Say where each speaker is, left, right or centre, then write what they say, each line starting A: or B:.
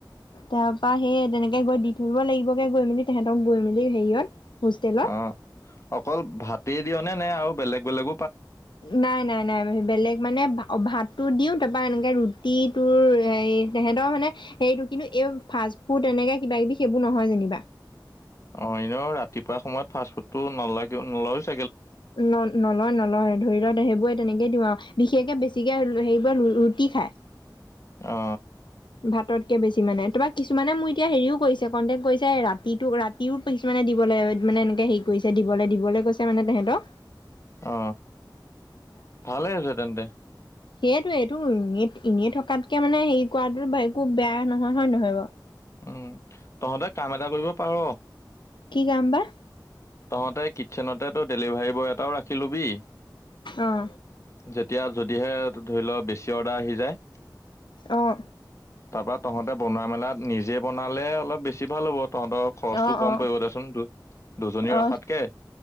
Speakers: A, on the left (about 85°); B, on the left (about 40°).
A: তাৰ পৰা সেই তেনেকে গৈ দি থাকিব লাগিব গৈ মেলি তেহঁতক গৈ মেলি হেৰিয়ত হোষ্টেলত।
B: অ অকল ভাতেই দিয়া নে নে আৰু বেলেগ বেলেগ
A: নাই নাই নাই বেলেগ মানে অভাত। তু দিও তাৰপৰা এনেকে ৰুটিটোৰ হেতৰ মানে হেৰিটো কিন্তু এই ফাষ্ট ফুড এনেকে কিবা কিবি সেইবোৰ নহয় যেনিবা।
B: অ এনেও ৰাতিপুৱা সময়ত ফাষ্ট ফুডটো নালাগি নলয়।
A: ন নলয় নলয় ধৰি লত সেইবোৰেই। তেনেকে দিওঁ আৰু বিশেষকে বেছিকে সেইবোৰে ৰুটি খাই।
B: অ
A: ভাতকে বেছি। কি মানে তুমাক কিছুমানে মোৰ এতিয়াও হেৰিও কৰিছে কণ্টেক্ট কৰিছে ৰাতিটোক ৰাতিও কিছুমানে দিবলৈ মানে এনেকৈ হেৰি কৰিছে দিবলৈ দিবলৈ কৈছে মানে তেহেঁতক।
B: অ ভালেই হৈছে তেন্তে।
A: সেইটোৱে টো ইয়াত এনেই থকাতকে মানে হেৰি কৰাটো একো বেয়া নহয়! হয় নহয় বাৰু।
B: উম! তহঁতে কাম এটা কৰিব পাৰ।
A: কি কাম বা?
B: তহঁতে কিটচেনতে এটা ডেলিভাৰী বয় এটাও ৰাখিলবি।
A: আহ!
B: যেতিয়া যদিহে ধৰি ল বেছি অৰ্ডাৰ আহি যায়।
A: আহ!
B: তাৰ পৰা তহঁতে বনোৱা মেলাত। নিজে বনালে অলপ বেছি ভাল হ'ব। তহঁতৰ খৰচটো
A: অ
B: কম
A: অ
B: পৰিব দেচোন তোৰ দুজনী
A: অ
B: ৰখাতকে